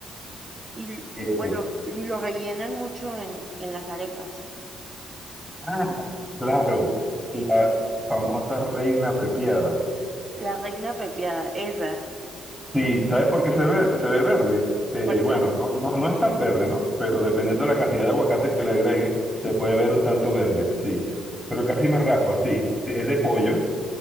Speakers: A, on the right; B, in the centre.
A: Y
B: Eh,
A: bueno, y lo rellenan mucho en, en las arepas.
B: ah, claro. La famosa reina pepiada.
A: La reina pepiada, esa.
B: Sí, ¿sabes por qué se ve, se ve verde? Eh,
A: Porque
B: bueno, no, no, no es tan verde, ¿no? Pero dependiendo de la cantidad de aguacate que le agregue, se puede ver un tanto verde, sí. Pero casi me raspa, sí. Es de pollo.